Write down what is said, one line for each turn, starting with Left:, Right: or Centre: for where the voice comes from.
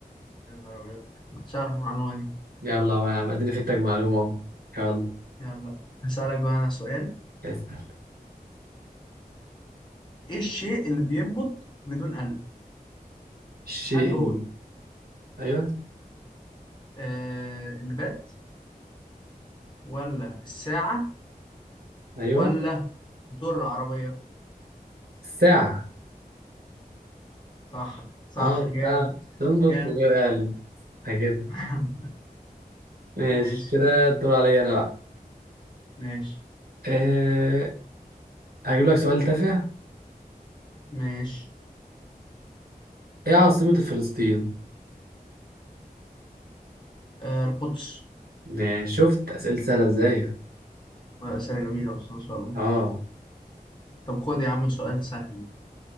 Left: يا نهار أبيض كنتش أعرف المعلومة دي
Right: يلا هو يا عم اديني فدتك معلومة اهو يلا
Left: يلا هسألك بقى أنا سؤال
Right: اسأل
Left: إيه الشيء اللي بينبض بدون قلب؟
Right: الشيء
Left: هل هو
Right: اللي ايوه
Left: آه النبات ولا الساعة
Right: ايوه
Left: ولا موتور العربية؟
Right: الساعة
Left: صح صح
Right: اه الساعة
Left: جامد
Right: تنبض
Left: جامد
Right: من غير قلب كده
Left: <laughs>
Right: ماشي
Left: ماشي
Right: كده الدور عليا انا بقى
Left: ماشي
Right: أه هجيب لك سؤال تافه
Left: ماشي
Right: ايه عاصمة فلسطين؟
Left: آه القدس
Right: يعني شفت أسئلة سهلة ازاي؟
Left: أسئلة جميلة بس ما شاء الله
Right: اه
Left: طب خد يا عم سؤال سهل